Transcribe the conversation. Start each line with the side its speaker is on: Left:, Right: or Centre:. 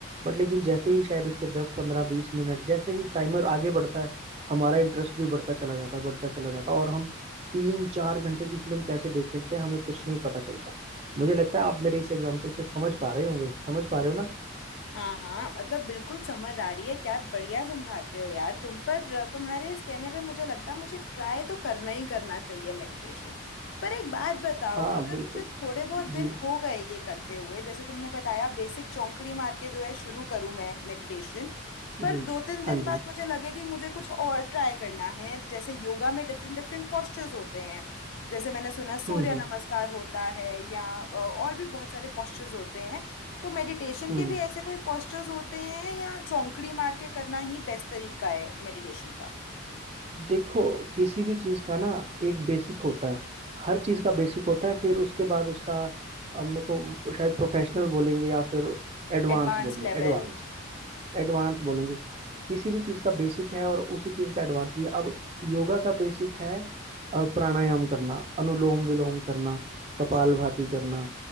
Right: बट लेकिन जैसे ही शायद उसके दस पंद्रह बीस मिनट जैसे ही टाइमर आगे बढ़ता है हमारा इंटरेस्ट भी बढ़ता चला जाता है बढ़ता चला जाता है और हम तीन चार घंटे की फिल्म कैसे देख लेते हैं हमें कुछ नहीं पता चलता मुझे लगता है आप मेरे इस एग्जाम्पल से समझ पा रहे होंगे समझ पा रहे हो ना
Left: हाँ हाँ मतलब बिल्कुल समझ आ रही है क्या बढ़िया समझाते हो यार तुम पर तुम्हारे इस कहने पे मुझे लगता है मुझे ट्राई तो करना ही करना चाहिए मेडिटेशन पर एक बात बताओ
Right: हाँ
Left: अगर
Right: बिल्कुल
Left: मुझे थोड़े बहुत
Right: जी
Left: दिन हो गए ये करते हुए जैसे तुमने बताया बेसिक चौंकड़ी मार के जो है शुरू करूँ मैं मेडिटेशन पर
Right: जी
Left: दो तीन दिन
Right: हाँ जी
Left: बाद मुझे लगे कि मुझे कुछ और ट्राई करना है जैसे योगा में डिफरेंट डिफरेंट पोस्चर्स होते हैं जैसे मैंने सुना सूर्य
Right: हम्म हम्म
Left: नमस्कार होता है या अ, और भी बहुत सारे पोस्चर्स होते हैं तो मेडिटेशन
Right: हम्म
Left: के भी ऐसे कोई postures होते हैं या चौंकड़ी मार के करना ही बेस्ट तरीका है मेडिटेशन का
Right: देखो किसी भी चीज का ना एक बेसिक होता है हर चीज का बेसिक होता है फिर उसके बाद उसका अब मेरे को शायद प्रोफेशनल बोलेंगे या फिर एडवांस
Left: Advance
Right: बोलेंगे
Left: level
Right: एडवांस एडवांस बोलेंगे किसी भी चीज़ का बेसिक है और उसी चीज़ का एडवांस भी है अब योगा का बेसिक है अ, प्राणायाम करना अनुलोम विलोम करना
Left: अच्छा
Right: कपालभाति करना